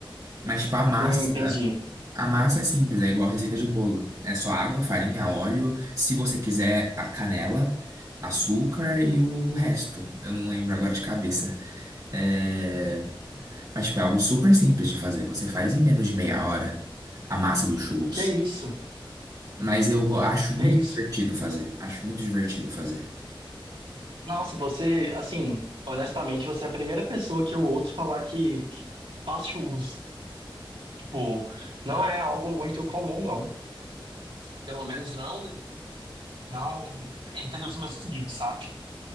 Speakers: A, on the right; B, on the right.
A: Mas, tipo, a massa,
B: Hum, entendi.
A: a massa é simples, é igual receita de bolo. É só água, farinha, óleo, se você quiser, a canela, açúcar e o resto. Eu não lembro agora de cabeça. É, Mas, tipo, é algo super simples de fazer. Você faz em menos de meia hora a massa do churros.
B: Que é isso,
A: Mas eu go- acho muito
B: que é isso.
A: divertido fazer. Acho muito divertido fazer.
B: Nossa, você, assim, honestamente, você é a primeira pessoa que eu ouço falar que fast food Tipo, não é algo muito comum, não. Pelo menos não, não entre os meus amigos, sabe?